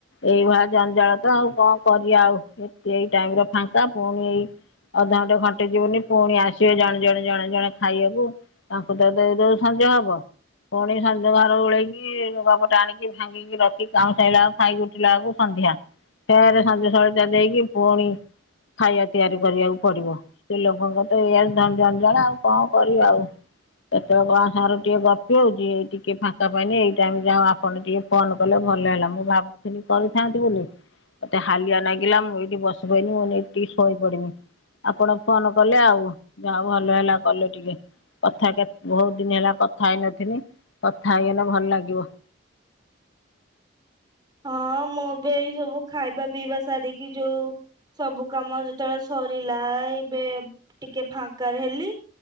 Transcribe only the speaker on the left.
ଏଇଭଆ ଜଞ୍ଜାଳ ତ, ଆଉ କଣ? କରିବା ଆଉ, ଏତେ ଏଇ ଟାଇମରେ ଫାଙ୍କା, ପୁଣି ଏଇ ଅଧଘଣ୍ଟା ଘଣ୍ଟ୍ ଟେ ଯିବୁନି ପୁଣି ଆସିବେ ଜଣେ, ଜଣେ, ଜଣେ, ଜଣେ ଖାଇବାକୁ, ତାଙ୍କୁ ତ ଦେଇଦଉ ସଜ ହବ। ପୁଣି ସାଞଧ୍ୟ ଘର ଓଳେଇକି, ଲୁଗା ପଟା ଆଣିକି ଭାଙ୍ଗିି ରଖି କାଉଁ ସାଇଲା ଆକୁ, ଖାଇ ଉଠିଲା ଆକୁ, ସନ୍ଧ୍ୟା। ଫେରେ ସଞ୍ଜ ସଳିତା ଦେଇକି, ପୁଣି ଖାଇଆ ତିଆରି କରିବାକୁ ପଡିବ। ସେ ଲୋକଙ୍କ ତ ଏଇଆ ଝଞଝଞଝଣା, ଆଉ କଣ କର ଆଉ? କେତେବେଳେ କଣ ସାଙ୍ଗର ଟିକେ ଗପି ହଉଛି, ଏଇ ଟିକେ ଫାଙ୍କା ପାଇଁନି, ଏଇ ଟାଇମ ଯାଉ ଆପଣ ଟିକେ ଫୋନ କଲେ ଭଲ ହେଲା, ମୁଁ ଭାବୁିଥିନି କରିଥାନ୍ତି ବୋଲି ମତେ ହାଲିଆ ନାଗିଲା। ମୁଁ ଏଇଠି ବସିପଇନି ମୁଁ ଟିକେ ଶୋଇ ପଡିବି, ଆପଣ ଫୋନ କଲେ ଆଉ, ଯାଉ ଭଲ ହେଲା, କଲେ ଟିକେ। କଥା କେ, ବହୁତ ଦିନ ହେଲା କଥା ହେଇନଥିନି, କଥା ହେଇଗଲେ ଭଲ ଲାଗିବ।